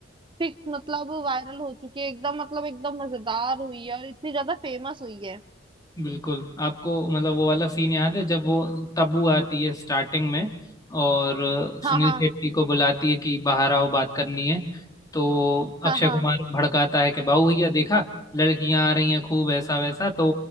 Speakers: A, on the right; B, on the left.
A: फिक्स मतलब वायरल हो चुकी है एकदम मतलब एकदम मजेदार हुई है और इतनी ज्यादा फेमस हुई है
B: बिल्कुल आपको मतलब वो वाला सीन याद है जब वो तब्बू आती है स्टार्टिंग में और सुनील
A: हाँ हाँ
B: शेट्टी को बुलाती है कि बाहर आओ बात करनी है तो अक्षय
A: हाँ हाँ
B: कुमार भड़काता है कि बाबू भैया देखा लड़कियां आ रही हैं खूब ऐसा वैसा तो